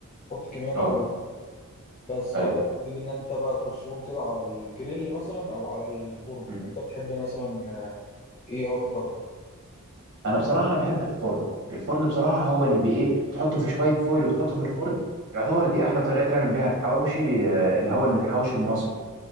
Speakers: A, on the left (about 30°); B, on the right (about 55°).
A: حط كميه معقوله
B: اه
A: بس
B: اي
A: بعدها بتبتدي ان انت بقى ترصهم كده على الجريل مثلا او على الفرن
B: مم.
A: انت بتحب مثلا آه، ايه اكتر
B: انا بصراحة انا بحب الفرن الفرن بصراحة هو اللي بي ايه تحطه في شوية فويل وتحطه في الفرن يعتبر دي احلى طريقة تعمل بيها الحواوشي آه، اللي هو الحواوشي المصري